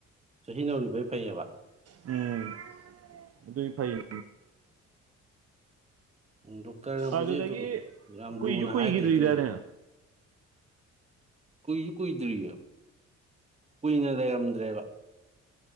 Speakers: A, on the right (about 20°); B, on the right (about 50°).
A: ꯆꯍꯤ ꯅꯧꯔꯤꯕꯩ ꯐꯩꯌꯦꯕ
B: ꯎꯝ ꯑꯗꯨꯏ ꯐꯥꯏꯅꯦ
A: ꯗꯣꯛꯇꯔꯅꯕꯨꯗꯤ
B: ꯑꯗꯨꯗꯒꯤ
A: ꯑꯗꯨꯝ ꯌꯥꯝ
B: ꯀꯨꯏꯁꯨ
A: ꯂꯨꯅ
B: ꯀꯨꯏꯈꯤꯗ꯭ꯔꯤꯗꯅꯦ
A: ꯍꯥꯏꯗꯦ ꯑꯗꯨꯏꯖꯨ ꯀꯨꯏꯖꯨ ꯀꯨꯏꯗ꯭ꯔꯤ ꯀꯨꯏꯅ ꯂꯩꯔꯝꯗ꯭ꯔꯦꯕ